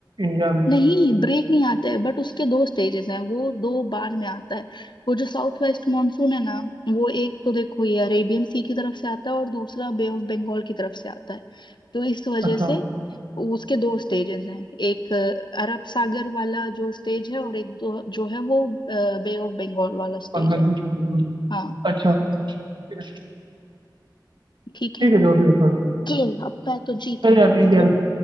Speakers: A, on the right; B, on the left.
A: इंडिया में
B: नहीं ब्रेक नहीं आता है बट उसके दो स्टेजेस हैं वो दो बार में आता है वो जो साउथ वेस्ट मानसून है ना वो एक तो देखो ये अरेबियन सी की तरफ से आता है और दूसरा बे ऑफ बंगाल की तरफ से आता है तो इस वजह
A: अच्छा
B: से उसके दो स्टेजेस हैं एक अ, अरब सागर वाला जो स्टेज है और एक दो जो है वो बे ऑफ बंगाल वाला स्टेज
A: बांग्लादेश
B: है
A: वाले बोले
B: हाँ
A: अच्छा ठीक है
B: ठीक
A: ठीक
B: है
A: है, जो भी हो छोड़ो
B: ये अब मैं तो जीत
A: चलो
B: रही
A: यार ठीक
B: हूँ
A: है
B: तुम
A: यार